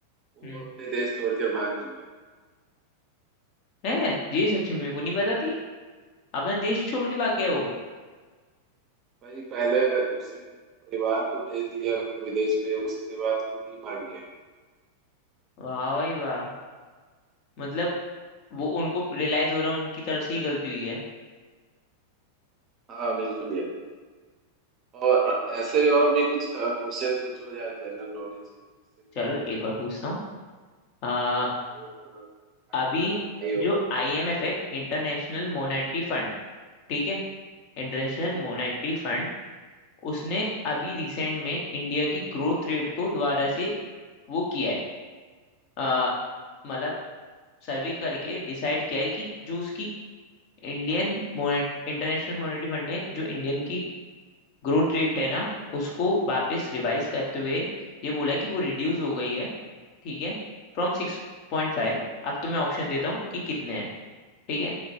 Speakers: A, on the right (about 30°); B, on the left (about 40°).
A: वो
B: हम्म
A: अपने देश छोड़ के भाग चुका है
B: है ये सच्ची मेरे को नहीं पता थी अपना देश छोड़ के भाग गया वो
A: भाई पहले उसने परिवार को भेज दिया विदेश पे उसके बाद खुद ही भाग गया
B: वाह भाई वाह मतलब वो उनको रियलाइज हो रहा है उनकी तरफ से ही गलती हुई है
A: हाँ बिल्कुल यार और ऐसे और भी कुछ क्वेश्चन पूछो यार जनरल नॉलेज के जिससे मेरा
B: चलो
A: जो
B: एक और पूछता हूँ आ,
A: एग्जाम हो थोड़ा
B: अभी
A: लेवल हाई हो
B: जो आईएमएफ है इंटरनेशनल मॉनेटरी फंड ठीक है इंटरनेशनल मॉनेटरी
A: हाँ
B: फंड उसने अभी रिसेंट में इंडिया की ग्रोथ रेट को दोबारा से वो किया है अ, मतलब सर्वे करके डिसाइड किया है कि जो उसकी इंडियन मोनेट इंटरनेशनल मॉनेटरी फंड ने जो इंडियन की ग्रोथ रेट है ना उसको वापस रिवाइज करते हुए ये बोला है कि वो रिड्यूस हो गई है ठीक है फ्रॉम सिक्स पॉइंट फाइव अब तो मैं ऑप्शन देता हूँ कि कितने हैं ठीक है